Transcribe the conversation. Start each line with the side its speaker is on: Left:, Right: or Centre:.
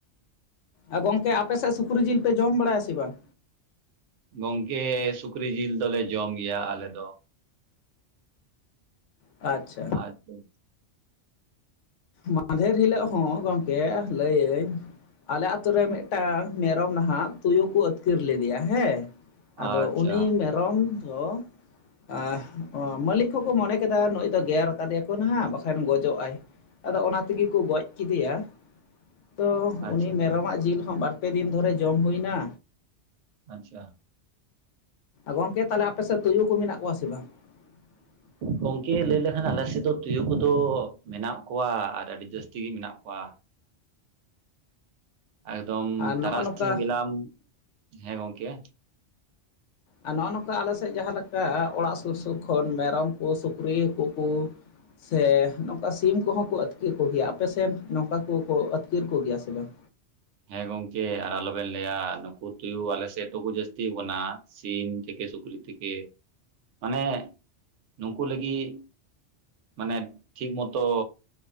Left: ᱟ ᱜᱚᱝᱠᱮ ᱟᱯᱮ ᱥᱮᱫ ᱥᱩᱠᱨᱤ ᱡᱤᱞ ᱯᱮ ᱡᱚᱢ ᱵᱟᱲᱟᱭᱟ ᱥᱮ ᱵᱟᱝ?
Right: ᱜᱚᱝᱠᱮ ᱥᱩᱠᱨᱤ ᱡᱤᱞ ᱫᱚᱞᱮ ᱡᱚᱢ ᱜᱮᱭᱟ ᱟᱞᱮ ᱫᱚ᱾
Left: ᱟᱪᱪᱷᱟ᱾
Right: <inaudible>
Left: ᱢᱟᱫᱷᱮᱨ ᱦᱤᱞᱳᱜ ᱦᱚᱸ ᱜᱚᱢᱠᱮ ᱞᱟᱹᱭᱟᱹᱧ ᱟᱞᱮ ᱟᱛᱳ ᱨᱮ ᱢᱤᱫᱴᱟᱝ ᱢᱮᱨᱚᱢ ᱱᱟᱦᱟᱜ ᱛᱩᱭᱩ ᱠᱚ ᱟᱹᱛᱠᱤᱨ ᱞᱤᱫᱤᱭᱟ ᱦᱮᱸ, ᱟᱫᱚ
Right: ᱟᱪᱪᱷᱟ
Left: ᱩᱱᱤ ᱢᱮᱨᱚᱢ ᱫᱚ ᱮᱸ ᱢᱟᱹᱞᱤᱠ ᱦᱚᱸᱠᱚ ᱢᱚᱱᱮ ᱠᱮᱫᱟ ᱱᱩᱭ ᱫᱚ ᱜᱮᱨ ᱟᱠᱟᱫᱮᱭᱟᱠᱚ ᱱᱟᱦᱟᱸᱜ ᱵᱟᱝᱠᱷᱟᱱ ᱜᱚᱡᱚᱜᱼᱟᱭ᱾ ᱟᱫᱚ ᱚᱱᱟ ᱛᱮᱜᱮ ᱠᱚ ᱜᱚᱡ ᱠᱮᱫᱮᱭᱟ ᱛᱚ
Right: ᱟᱪᱪᱷᱟ
Left: ᱩᱱᱤ ᱢᱮᱨᱚᱢᱟᱜ
Right: ᱟᱪᱪᱷᱟ
Left: ᱡᱤᱞ ᱦᱚᱸ ᱵᱟᱨ ᱯᱮ ᱫᱤᱱ ᱫᱷᱚᱨᱮ ᱡᱚᱢ ᱦᱩᱭ ᱱᱟ
Right: ᱟᱪᱪᱷᱟ᱾
Left: ᱜᱚᱝᱠᱮ ᱛᱟᱦᱚᱞᱮ ᱟᱯᱮ ᱥᱮᱫ ᱛᱩᱭᱩ ᱠᱚ ᱢᱮᱱᱟᱜ ᱠᱚᱣᱟ ᱥᱮ ᱵᱟᱝ? ᱦᱮᱸ <unintelligible>
Right: ᱜᱚᱝᱠᱮ ᱞᱟᱹᱭ ᱞᱮᱠᱷᱟᱱ ᱟᱞᱮ ᱥᱮᱫ ᱫᱚ ᱛᱩᱭᱩ ᱠᱚᱫᱚ ᱢᱮᱱᱟᱜ ᱠᱚᱣᱟ ᱟᱨ ᱟᱹᱰᱤ ᱡᱟᱹᱥᱛᱤ ᱜᱮ ᱢᱮᱱᱟᱜ ᱠᱚᱣᱟ᱾ ᱮᱠᱫᱚᱢ
Left: ᱟᱨ ᱱᱚᱜᱼᱚ
Right: ᱛᱟᱨᱟᱥᱤᱧ
Left: ᱱᱚᱝᱠᱟ
Right: ᱵᱮᱞᱟᱢ ᱦᱮᱸ ᱜᱚᱝᱠᱮ
Left: ᱟᱨ ᱱᱚᱜ ᱱᱚᱝᱠᱟ ᱟᱞᱮ ᱥᱮᱫ ᱡᱟᱦᱟᱸ ᱞᱮᱠᱟ ᱚᱲᱟᱜ ᱥᱩᱨ ᱥᱩᱨ ᱠᱷᱚᱱ ᱢᱮᱨᱚᱢ ᱠᱚ ᱥᱩᱠᱨᱤ ᱠᱩ ᱠᱩ ᱥᱮ ᱱᱚᱝᱠᱟ ᱥᱤᱢ ᱠᱚᱦᱚᱸ ᱠᱚ ᱟᱹᱛᱠᱤᱨ ᱠᱚᱜᱮᱭᱟ ᱟᱯᱮᱥᱮᱫ ᱱᱚᱝᱠᱟ ᱠᱚᱠᱚ ᱟᱹᱛᱠᱟᱹᱨ ᱠᱚᱜᱮᱭᱟ ᱥᱮ ᱵᱟᱝ?
Right: ᱦᱮᱸ ᱜᱚᱢᱠᱮ ᱟᱨ ᱟᱞᱚᱵᱮᱱ ᱞᱟᱹᱭᱟ ᱱᱩᱠᱩ ᱛᱩᱭᱩ ᱟᱞᱮ ᱥᱮᱫ ᱫᱚᱠᱚ ᱡᱟᱹᱥᱛᱤ ᱠᱟᱱᱟ᱾ ᱥᱤᱢ ᱛᱷᱮᱠᱮ ᱥᱩᱠᱨᱤ ᱛᱷᱮᱠᱮ ᱢᱟᱱᱮ ᱱᱩᱝᱠᱩ ᱞᱟᱹᱜᱤᱫ ᱢᱟᱱᱮ ᱴᱷᱤᱠ ᱢᱚᱛᱚ